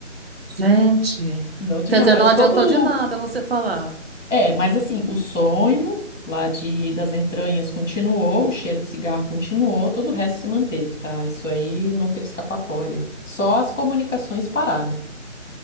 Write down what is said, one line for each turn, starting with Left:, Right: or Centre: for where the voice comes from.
Right: Gente,
Left: Não tive
Right: quer
Left: mais.
Right: dizer,
Left: Mas
Right: não adiantou
Left: todo,
Right: de nada você falar.
Left: É, mas assim, o sonho lá de, das entranhas continuou, o cheiro de cigarro continuou, todo o resto se manteve, tá? Isso aí não teve escapatória. Só as comunicações pararam.